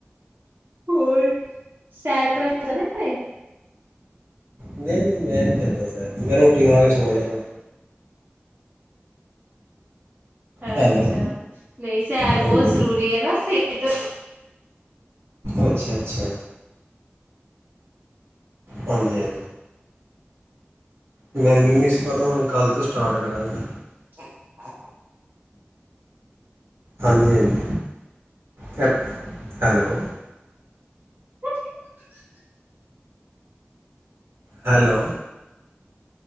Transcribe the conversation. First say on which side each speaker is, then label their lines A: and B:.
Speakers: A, on the right; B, on the right.
A: ਹੋਰ ਸੈਰ ਕਰਨ ਚਲੇ ਗਏ,?
B: ਨਹੀਂ ਨਹੀਂ ਮੈਂ ਨਹੀਂ ਜਾਂਦਾ ਸਰ ਮੈਂ ਰੋਟੀ ਖਾ ਕੇ ਸੋ ਜਾ ਨਾ
A: ਅੱਛਾ
B: ਹੈਲੋ
A: ਨਹੀਂ ਸੈਰ ਬਹੁਤ
B: ਹਾਂਜੀ
A: ਜਰੂਰੀ ਹ ਨਾ ਸਿਹਤ
B: ਅੱਛਾ ਅੱਛਾ ਹਾਂਜੀ ਹਾਂਜੀ ਮੈਂਨੂੰ ਨਹੀਂ ਸੀ ਪਤਾ ਹੁਣ ਕੱਲ ਤੋਂ ਸਟਾਰਟ ਕਰਾਂਗਾ
A: <unintelligible>
B: ਹਾਂਜੀ ਹਾਂਜੀ ਹੈਲੋ ਹੈਲੋ
A: <unintelligible>
B: ਹੈਲੋ